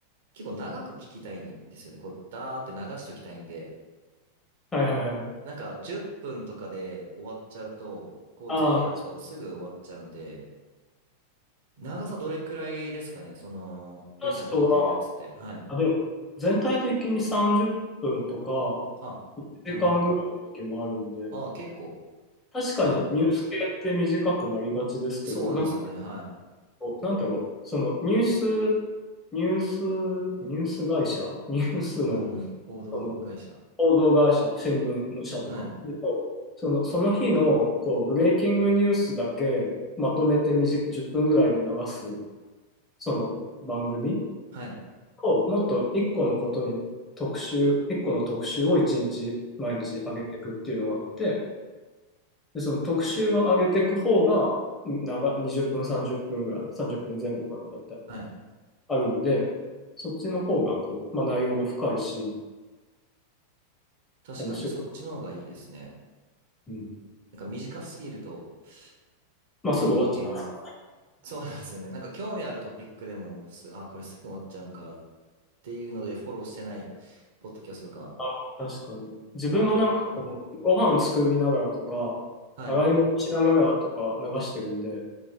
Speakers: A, on the right; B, on the left.
A: 結構長く聞きたいんですよね。こう、ダーって流しときたいんで、
B: い。はいはいはい。
A: なんか、10分とかで終わっちゃうと、こう、
B: ああ、
A: 全エピソードすぐ終わっちゃうんで、
B: タス
A: 長さどれくらいですかねその、ゆうさん聞いてるやつって。
B: タストは、
A: はい。
B: あでも、全体的に30分とか、
A: あ、
B: 1時間ぐらいの時もあるんで、
A: なるほど。ああ、結構
B: 確かにニュース系って短くなりがちですけど、
A: 長め。そうなんですよね。
B: なんか
A: はい。
B: なんだろう、そのニュース、ニュース、ニュース会社、ニュースの、
A: うんうん。報道会社。
B: その報道会社、新聞の社とかでも、
A: はい。
B: その、その日のこうブレイキングニュースだけまとめて短く10分ぐらいで流す、その番組
A: はい。
B: を、もっと1個のことに特集、1個の特集を1日、毎日上げていくっていうのがあって、で、その特集を上げていく方が、長、20分、30分ぐらい、30分前後かな、大体。
A: はい。
B: あるので、そっちの方がこう、まあ、内容も深いし、
A: 確かに、
B: 面白い。
A: そっちの方がいいですね。
B: うん。
A: なんか短すぎるとっ
B: まあ、
A: ていう、
B: すぐ終わっちゃう
A: そうなんですよね。なんか興味あるトピックでも、す、あ、これすぐ終わっちゃうんかっていうので、フォローしてないポッドキャストとか
B: な。あ確かに。自分もなんかこう、
A: 多かったんで。
B: ご飯作りながらとか、
A: はい。
B: 洗い物しながらとか流してるんで、